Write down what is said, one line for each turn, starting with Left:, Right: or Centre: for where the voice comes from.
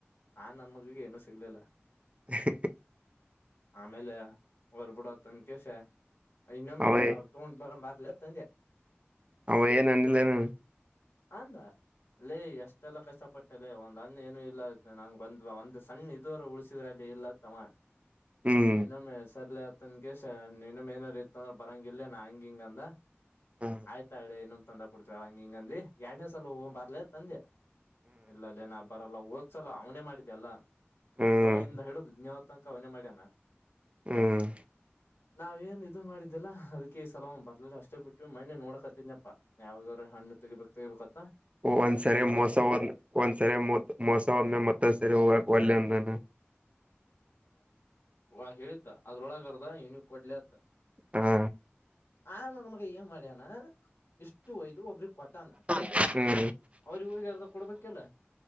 Left: ಆ ನನ್ ಮಗಿಗೆ ಏನುೂ ಸಿಗ್ಲಿಲ್ಲ
Right: <inaudible>
Left: ಆಮೇಲೆ ಹೊಲ್ಬಿಡ <inaudible> ಇನ್ನೊಮ್ಮ
Right: ಅವೇ
Left: ತೊಂಡ್ ಬರಮಿ ಎಲ್ಲ ತಂದೆ
Right: ಅವ ಏನುನ್ನಿಲ್ಲೇ ನ
Left: ಅಂದ ಲೇ ಎಷ್ಟೆಲ್ಲ ಕಷ್ಟಪಟ್ಟಲ್ಲ ಒಂದ್ ಅ್ಣ ಏನು ಇಲ್ಲ ನಂಗ ಬಂದ್ ಒಂದ ಸಣ್ಣ ಇದುವರ ಉಳಸಿದ್ರ ಅಲ್ಲಿ ಇಲ್ಲತ್ತಮ್ಮ
Right: ಹ್ಮ್
Left: ಇನ್ನೊಮ್ಮೆ ಸರ್ಲತ ನಗೆ ಇನ್ನ್ ಏನ ಇತ್ತ ಅಂದ್ರೆ ಬರಂಗ ಇಿಲ್ಲ ನಾ ಹಂಗ ಹಿಂಗಂದ
Right: ಹ
Left: ಆಯ್ತಾಳ್ಳೆ ಇನ್ನೊ್ ತಂದ್ರ ಕೊಡ್ತೀವಿಳ ಹಂಗ ಹಿಂಗಂದ ಎರಡನೇ ಸಲ ಹೋಗೊ ಬರ್ಲ ತಂದೆ ಇಲ್ಲಲ್ಲಿ ನ ಬರಲ್ಲ ಓದ್ಸಲ್ಲ ಅವನೇ ಮಾಡಿದ್ದೆ ಅಲ್ಲ
Right: ಹ್ಮ್
Left: ಹ ಇಂದ ಹಿಡುದ್ಯ ತನಕ ಅವನೇ ಮಾಡ್ಯಣ
Right: ಹ್ಮ್
Left: ನಾವ್ ಏನ್ ಇದು ಮಾಡಿದ್ದೆಲ್ಲ ಅದ್ಕ್ಕೆ ಸಲ್ ಬರ್ಲಿಲ್ಲ ಅಷ್ಟೇ ಬಿಟ್ಟವಿ ಮಣ್ಣೆ ನೋಡಕತ್ತಿದಿನ್ಯಪ್ಪಾ ಯಾವ್ದವ್ರ ಹಣ್ಣು ತೆಿಬೇಕ ಇತ್ತ <unintelligible>
Right: ಒಂದ್ಸರಿ ಮೋಸ ಹೋದ ಒಂದ್ಸರಿ ಮ ಮೋಸ ಹದ್ಮೆ ಮತ್ತೊಂದ್ ಸರಿ ಹವಾಗ ಒಲ್ಲಂದಾನ
Left: ವಾ ಹೇಳಿದ್ಅದ್ರೊಳಗರ್ದ ವನಗ್ ಕೊಡ್ಲ ಅತ್ತ
Right: ಹಾ
Left: ಆ ನಮಗ ಏನ್ ಮಾಡ್ಯಣ ಇಷ್ಟು ವೈದ ಇದು ಒಬ್ಬ್ರಿಗೆ ಕೊಟ್ಟಾನ
Right: ಹ್ಮ
Left: ಅವ್ರಿಗ್ ಹೋಗಿ ಅರ್ದ ಕೊಡ್ಬೇಕಿಲ್ಲ